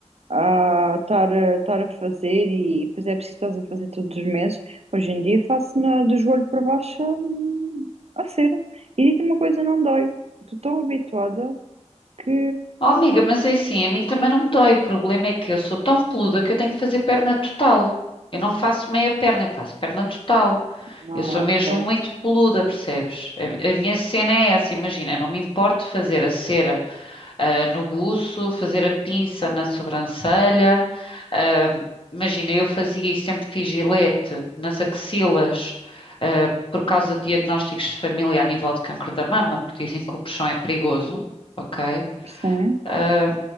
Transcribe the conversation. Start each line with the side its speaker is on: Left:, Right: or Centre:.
Right: Ah, estar a estar a fazer e depois é preciso estás a fazer todos os meses. Hoje em dia faço na- do joelho para baixo hum, a cera. E digo-te uma coisa, não dói. Estou tão habituada que...
Left: Oh, amiga, mas é assim, a mim também não me dói. O problema é que eu sou tão peluda que eu tenho que fazer perna total. Eu não faço meia perna, eu faço perna total.
Right: Não,
Left: Eu sou mesmo
Right: ok.
Left: muito peluda, percebes? A, a minha cena é essa, imagina, não me importo fazer a cera, ah, no buço, fazer a pinça na sobrancelha. ah, imagina, eu fazia e sempre fiz gilete nas axilas, ah, por causa de diagnósticos de família a nível de cancro da mama, porque dizem que o puxão é perigoso, ok?
Right: Sim.
Left: Ah,